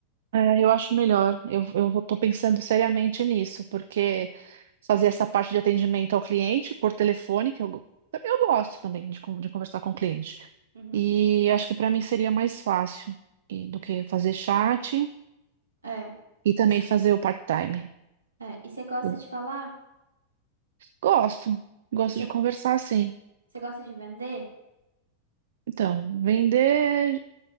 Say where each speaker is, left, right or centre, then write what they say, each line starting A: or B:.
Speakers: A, on the right; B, on the right.
A: É, eu acho melhor. Eu, eu vou- tô pensando seriamente nisso, porque fazer essa parte de atendimento ao cliente por telefone, que eu, go- eu gosto também de, con- de conversar com o cliente.
B: Uhum.
A: E acho que para mim seria mais fácil e- do que fazer chat
B: É.
A: e também
B: Is-
A: fazer o part-time.
B: É. E você gosta
A: Eu
B: de falar?
A: gosto, gosto
B: E você
A: de conversar sim.
B: você gosta de vender?
A: Então, vender,